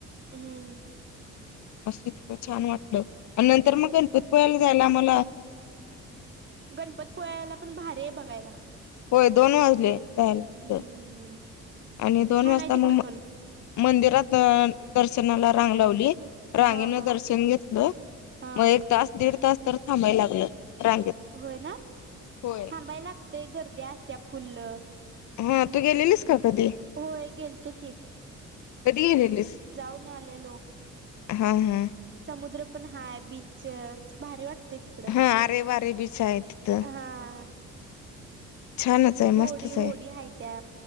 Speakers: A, on the right (about 40°); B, on the left (about 70°).
A: हम्म.
B: असं इतकं छान वाटलं आणि नंतर मग गणपतपुया्याला जायला मला
A: गणपत पोळला पण भारी आहे बघायला.
B: होय दोन वाजले जाल
A: हम्म
B: तर
A: हम्म हम्म
B: आणि दोन
A: छान
B: वाजता
A: आहे तिकडं
B: मग
A: पण
B: म मंदिरात दर्शनाला रांग लावली. रांगेन
A: हा हा
B: दर्शन घेतलं
A: हा
B: मग एक तास दीड तास तर थांबायला लागलं रांगेत
A: होय ना
B: होय.
A: थांबायला लागतंय गर्दी असत्या फुल
B: हा तू गेलेलीस का कधी
A: होय गेल तु की
B: कधी गेलेलीस?
A: जाऊन आलेलो.
B: हा हा.
A: समुद्र पण हाय बीच भारी वाटते तिकड
B: हा आरे वारे भीच आहे तथ.
A: हा
B: छानच आहे
A: होडी
B: मस्तच
A: होडी
B: आहे
A: हाय त्या